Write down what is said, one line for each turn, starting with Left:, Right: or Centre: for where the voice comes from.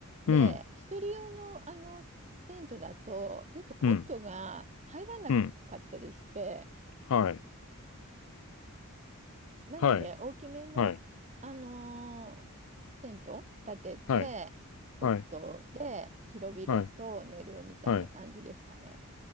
Right: で、
Left: うん。
Right: 一人用の、あのテントだと、ちょっとコットが入らなかったりして、
Left: うん。うん。はい。
Right: なので大きめの、
Left: はい。はい。
Right: あのテント立てて、
Left: はい。
Right: コットで広々と寝るみたいな感じですかね。
Left: はい。はい。はい。